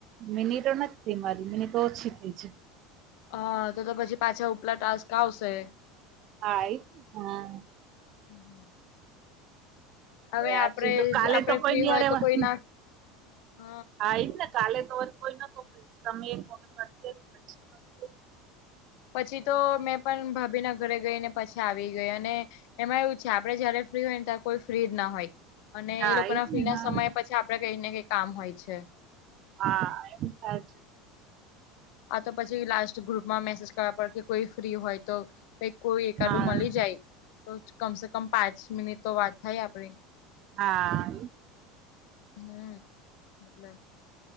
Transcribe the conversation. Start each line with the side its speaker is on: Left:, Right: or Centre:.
Right: મિનિટો નથી થઈ મારી મિનિટો ઓછી થઈ છે.
Left: હા તો તો પછી પાછા ઉપલા ટાસ્ક આવશે.
Right: આ એટ હમ
Left: હમ હ હવે
Right: આજે
Left: આપડે
Right: તો કાલે
Left: આપડે
Right: તો
Left: ફ્રી
Right: કોઈ ની
Left: હોય
Right: હારે
Left: તો
Right: વાત
Left: કોઈ <unintelligible> હ
Right: હા એજ ને કાલે તો કોઈ નતો ફ્રી તમે એક વત કરી <inaudible>
Left: પછી તો મેં પણ ભાભીના ઘરે ગઈ ને પછી આવી ગઈ અને એમાં એવું છે આપડે જયારે ફ્રી હોય ને ત કોઈ ફ્રી જ ના હોય. અને
Right: હા
Left: એ લોકો
Right: એજ
Left: ના ફ્રી
Right: ને
Left: ના
Right: હા
Left: સમય પછી આપડે કઈ ને કઈ કામ હોય છે.
Right: હા એમ થાય છે.
Left: આ તો પછી લાસ્ટ ગ્રુપમાં મેસેજ કરવા પડે કે કોઈ ફ્રી હોય તો. ક કોઈ એકાડું
Right: હા હા
Left: મળી
Right: એ જ વાત.
Left: જાય તો કમસે કમ પાંચ મિનિટ તો વાત થાય આપડે
Right: હા.
Left: હમ એટલે.